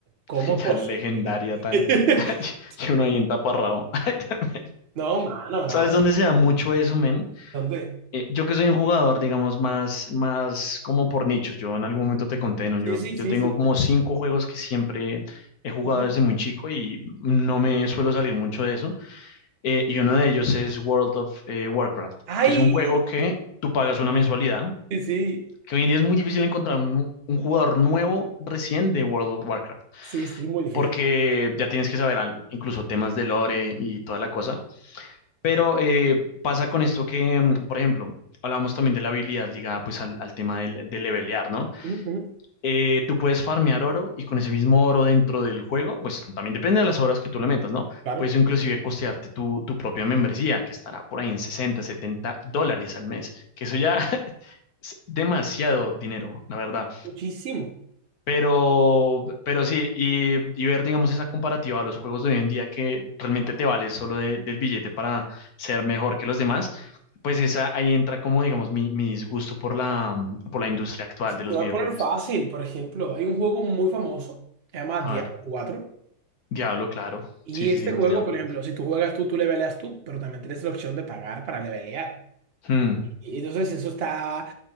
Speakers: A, on the right; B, on the left.
A: ¿cómo
B: <laughs>
A: es posible?
B: La legendaria tan.
A: <laughs>
B: <laughs> Y uno ahí entaparrado. <laughs>
A: No, mano, no.
B: ¿Sabes dónde se da mucho eso, men?
A: ¿Dónde?
B: Eh, yo que soy un jugador, digamos, más, más como por nichos. Yo en algún momento te conté, ¿no? Yo,
A: Sí, sí,
B: yo
A: sí,
B: tengo
A: sí.
B: como cinco juegos que siempre he jugado
A: Ujú.
B: desde muy chico y no me suelo salir mucho de eso. Eh, y uno de ellos es World of eh, Warcraft,
A: Ay,
B: que es un juego que tú pagas una mensualidad,
A: sí, sí,
B: que hoy en día es muy difícil encontrar un, un jugador nuevo recién de World of Warcraft,
A: sí, sí, muy difícil.
B: porque ya tienes que saber al- incluso temas de lore y toda la cosa. Pero eh, pasa con esto que, mm, por ejemplo, hablábamos también de la habilidad ligada pues al, al tema del, de levelear, ¿no?
A: Ujú,
B: Eh, tú puedes farmear oro y con ese mismo oro dentro del juego, pues también depende de las horas que tú le metas, ¿no?
A: Claro.
B: Puedes inclusive costearte tu, tu propia membresía, que estará por ahí en 60, 70 dólares al mes, que eso ya <laughs> es demasiado dinero, la verdad.
A: Muchísimo.
B: Pero, pero sí, y, y ver, digamos, esa comparativa a los juegos de hoy en día que realmente te vale solo de- del billete para ser mejor que los demás, pues esa, ahí entra como, digamos, mi, mi disgusto por la, mm, por la industria actual
A: Si
B: de los
A: Te voy
B: videojuegos.
A: a poner fácil, por ejemplo, hay un juego muy famoso, se llama
B: A
A: Diablo
B: ver,
A: 4,
B: Diablo, claro.
A: y
B: Sí, sí,
A: este
B: sí, los
A: juego,
B: Diablo.
A: por ejemplo, si tú juegas tú, tú leveleas tú, pero también tienes la opción de pagar para levelear.
B: Hmm,
A: Y entonces eso está...